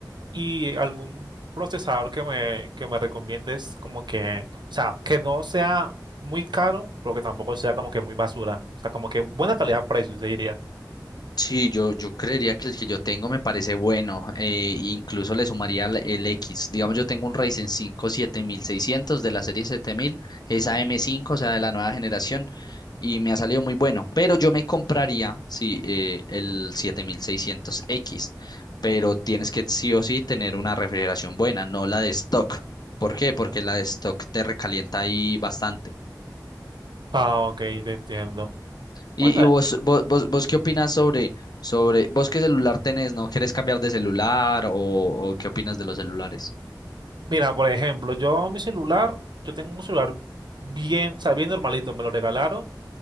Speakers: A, on the right (about 75°); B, on the left (about 60°).
A: ¿y algún procesador que me, que me recomiendes como que, o sea, que no sea muy caro, pero que tampoco sea como que muy basura? O sea, como que buena calidad-precio, se diría.
B: Sí, yo, yo creería que el que yo tengo me parece bueno, eh, incluso le sumaría el, el X. Digamos, yo tengo un Ryzen 5 7600 de la serie 7000, esa M5, o sea, de la nueva generación, y me ha salido muy bueno, pero yo me compraría, sí, eh, el 7600X, pero tienes que sí o sí tener una refrigeración buena, no la de stock. ¿Por qué? Porque la de stock te recalienta ahí bastante.
A: Ah, ok, te entiendo.
B: Y,
A: Bueno,
B: y vos, vos, vos, vos qué opinas sobre, sobre, vos qué celular tenés, ¿no? ¿Quieres cambiar de celular o, o qué opinas de los celulares?
A: mira, por ejemplo, yo mi celular, yo tengo un celular bien, o sea, bien normalito, me lo regalaron